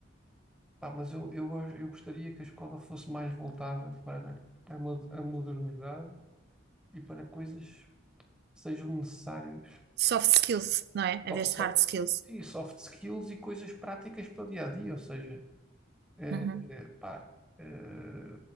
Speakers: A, in the centre; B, on the right (about 55°).
A: Pá, mas eu, eu, go- eu gostaria que a escola fosse mais voltada para a, mo- a modernidade e para coisas que sejam necessárias.
B: Soft skills, não é? Em
A: Só,
B: vez
A: só-
B: de hard skills.
A: e soft skills e coisas práticas para o dia a dia, ou seja, eh,
B: Uhum.
A: eh, pá, eh,